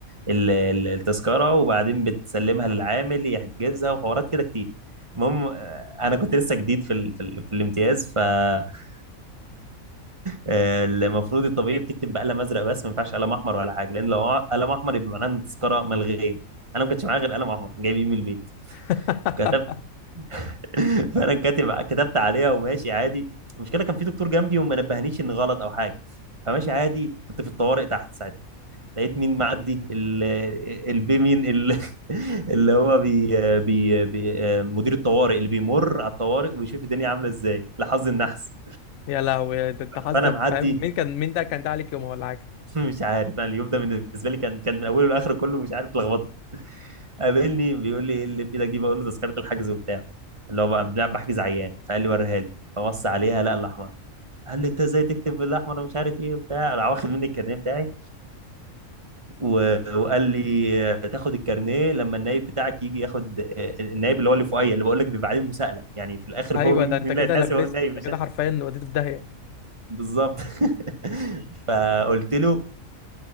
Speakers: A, on the right; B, on the left.
A: ال- التذكرة وبعدين بتسلمها للعامل يحجزها وحوارات كده كتير المهم آه، انا كنت لسه جديد في ال... في, ال... في الامتياز ف <laughs> آه، المفروض الطبيعي بتكتب بقلم ازرق بس ما ينفعش قلم احمر ولا حاجه لان لو قلم احمر يبقى معناه ان التذكره ملغيه انا ما كانش معايا غير قلم احمر جايبيه من البيت
B: <laughs>
A: كتبت <laughs> فانا كاتب كتبت عليها وماشي عادي المشكله كان في دكتور جنبي وما نبهنيش ان غلط او حاجه فماشي عادي كنت في الطوارئ تحت ساعتها لقيت مين معدي ال- البي مين ال- <laughs> اللي هو بي بي بي مدير الطوارئ اللي بيمر على الطوارئ ويشوف الدنيا عامله ازاي لحظ النحس
B: يا لهوي ده انت حظك
A: فانا معدي
B: فاهم مين كان مين ده كان ده عليك يومها ولا حاجة
A: <laughs> مش عارف انا اليوم ده بالنسبه لي كان كان من اوله لاخره كله مش عارف لخبطه قابلني بيقول لي ايه اللي في ايدك دي بقول له تذكره الحجز وبتاع اللي هو بقى بنلعب- بحجز عيان فقال لي وريها لي فبص عليها لا الاحمر قال لي انت ازاي تكتب بالاحمر ومش عارف ايه وبتاع راح واخد مني الكارنيه بتاعي و- وقال لي آه، تاخد الكارنيه لما النايب بتاعك يجي ياخد آه، النايب اللي هو اللي فوقيا اللي بقول لك بيبقى عليه مساءله يعني في الاخر
B: ايوه
A: هو مين
B: ده انت
A: مين
B: كده
A: اللي هيتحاسب
B: لبسته
A: هو النايب
B: انت
A: مش
B: كده
A: أنا.
B: حرفيا وديته في داهية
A: بالظبط <laughs> فقلت له